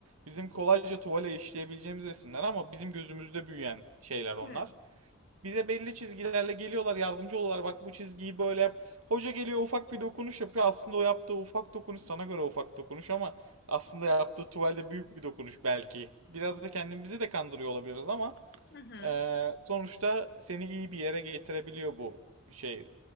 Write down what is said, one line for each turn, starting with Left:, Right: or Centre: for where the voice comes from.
Right: bizim kolayca tuvale işleyebileceğimiz resimler ama bizim gözümüzde büyüyen şeyler onlar.
Left: Hı
Right: Bize belli çizgilerle geliyorlar, yardımcı oluyorlar. Bak bu çizgiyi böyle yap. Hoca geliyor ufak bir dokunuş yapıyor. Aslında o yaptığı ufak dokunuş sana göre ufak dokunuş ama aslında yaptığı tuvalde büyük bir dokunuş belki. Biraz da kendimizi de kandırıyor olabiliriz ama
Left: hı. hı.
Right: eee, sonuçta seni iyi bir yere getirebiliyor bu şey.